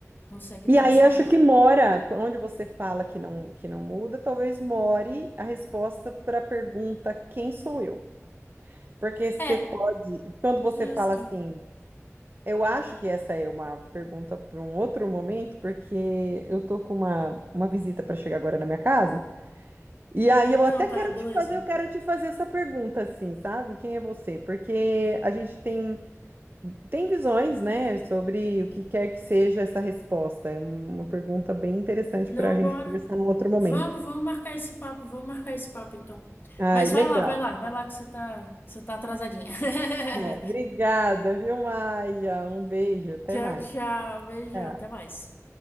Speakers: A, on the left; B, on the right.
A: consegue
B: E
A: transformar.
B: aí acho que mora, onde você fala que não que não muda, talvez more a resposta para a pergunta quem sou eu? Porque você
A: É,
B: pode, quando
A: Justo.
B: você fala assim, Eu acho que essa é uma pergunta para um outro momento, porque eu tô com uma, uma visita para chegar agora na minha casa. E aí eu
A: Não,
B: até
A: tá,
B: quero
A: beleza.
B: te fazer, eu quero te fazer essa pergunta assim, sabe? Quem é você? Porque a gente tem tem visões, né, sobre o que quer que seja essa resposta. É uma pergunta bem interessante
A: Não,
B: para a gente
A: bora.
B: conversar num outro momento.
A: Vamos, vamos marcar esse papo, vamos marcar esse papo então.
B: Ai,
A: Mas
B: legal.
A: vai lá, vai lá, vai lá que você tá, você tá atrasadinha. <laughs>
B: É, obrigada, viu, Maia? Um beijo, até
A: Tchau,
B: mais.
A: tchau, beijão,
B: Tchau.
A: até mais.